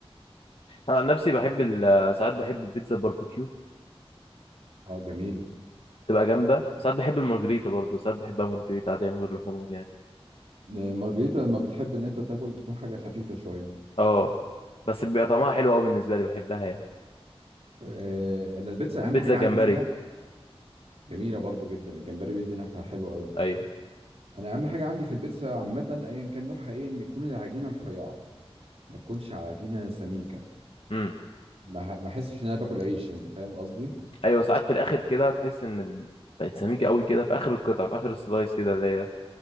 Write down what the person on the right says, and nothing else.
اه جميلة
مارجريتا لما بتحب ان انت تاكل تكون حاجة خفيفة شوية
آه انا البيتزا
اهم حاجة
عندي فيها جميلة برضو جدا الجمبري بيدي نكهة حلوة قوي
انا اهم حاجة عندي في البيتزا عامة ايا كان نوعها ايه ان تكون العجينة رفيعة ما تكونش عجينة سميكة
ما ما احسش ان انا باكل عيش انت فاهم قصدي